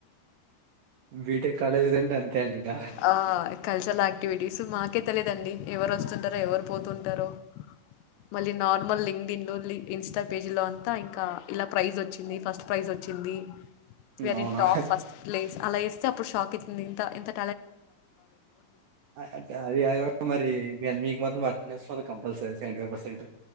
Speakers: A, on the right; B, on the left.
A: బీటెక్ కాలేజీలన్నీ అంతే అండి ఇక
B: ఆ కల్చర్ లా క్టివిటీస్ మాకే తెలిదండి ఎవరు వస్తుంటరో ఎవరు పోతుంటరో మళ్ళీ నార్మల్ లింగ దీనిలోన్లి ఇన్స్టా పేజ్లో అంతా ఇంకా ఇలా ప్రైజ్ వచ్చింది ఫస్ట్ ప్రైజ్ వచ్చి ది వెరీ
A: అవునా
B: టాప్ ఫస్ట్ ప్లేస్ అలా ఏస్తే అప్పుడు షాక్ ఆ
A: అది మరి ఇవి అన్ని మాది వాయినేసా కంపల్సరి సెవెంటిఫైవ్ పర్సెంట్